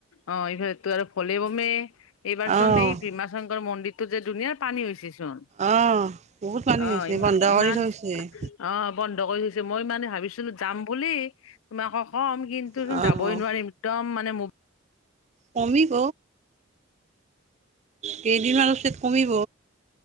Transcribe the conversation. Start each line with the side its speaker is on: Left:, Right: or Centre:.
Left: অ এইফালতো আৰু ভলে বমে এইবাৰ
Right: অ'
Left: চোন এই ভীমা শংকৰ মন্দিৰটো যে দুুনীয়াৰ পানী হৈছে চোন।
Right: অ' বহুত পানী
Left: অ
Right: হৈছে
Left: ইমা-ইমান,
Right: বন্ধ কৰি থৈছে।
Left: অ বন্ধ কৰি থৈছে মই মানে ভাবি ছিলো যাম বুলি, তোমাকো কম কিন্তু
Right: অ'
Left: যাবই নোৱাৰিম একদম মানে
Right: কমিব। কেইদিনমান পিচত কমিব।